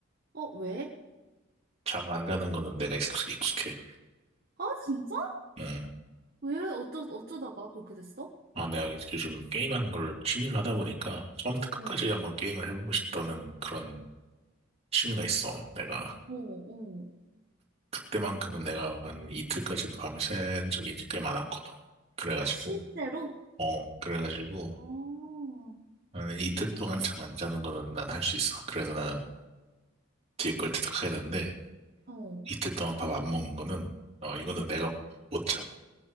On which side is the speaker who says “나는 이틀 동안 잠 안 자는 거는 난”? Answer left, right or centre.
Right